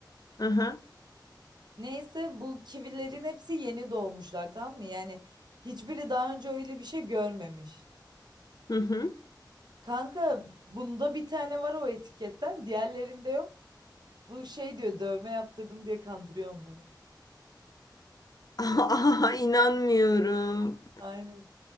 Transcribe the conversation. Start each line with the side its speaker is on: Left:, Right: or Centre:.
Left: Aha.
Right: Neyse bu kivilerin hepsi yeni doğmuşlar tamam mı? Yani hiçbiri daha önce öyle bir şey görmemiş.
Left: Hı hı. hı.
Right: Kanka bunda bir tane var o etiketten diğerlerinde yok. Bu şey diyor dövme yaptırdım diye kandırıyor onları.
Left: <laughs> Aa, inanmıyorum.
Right: Aynen.